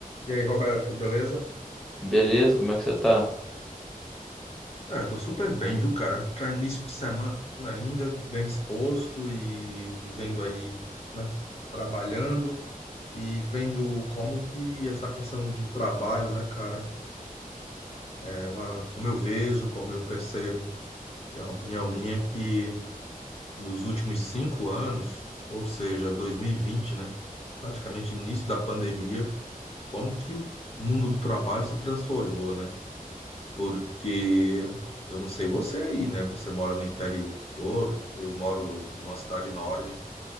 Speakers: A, on the left; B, in the centre.
A: E aí, Roberto, beleza?
B: Beleza, como é que você tá?
A: É, eu tô super bem, viu, cara? Para início de semana ainda, bem disposto e vendo aí, né, trabalhando e vendo como que essa questão de trabalho, né, cara, é uma, como eu vejo, como eu percebo, é uma opinião minha é que nos últimos cinco anos, ou seja, 2020, né, praticamente início da pandemia, como que o mundo do trabalho se transformou, né? porque eu não sei você aí, né? Você mora no interior, eu moro numa cidade enorme,